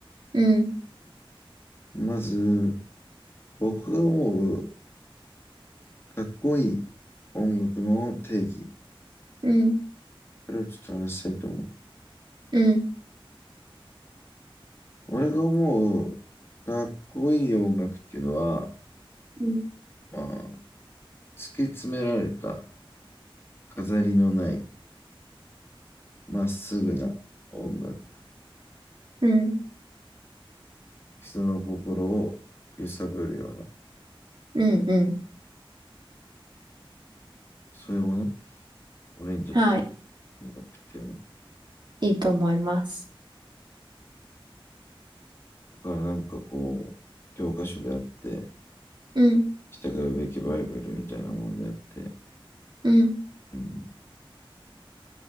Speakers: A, on the right; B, on the left.
A: うん、
B: まず、僕が思うかっこいい音楽の定義。
A: うん、
B: これをちょっと話したいと思う。
A: うん、
B: 俺が思うかっこいい音楽っていうのは、
A: うん、
B: まあ、突き詰められた飾りのないまっすぐな音楽。
A: うん、
B: 人の心を揺さぶるような、
A: うん、うん。
B: そういうもの。俺にとって
A: はい。
B: 音楽っていうのは。
A: いいと思います。
B: だからなんかこう、教科書であって、
A: うん、
B: 従うべきバイブルみたいなものであって、
A: うん、
B: うん、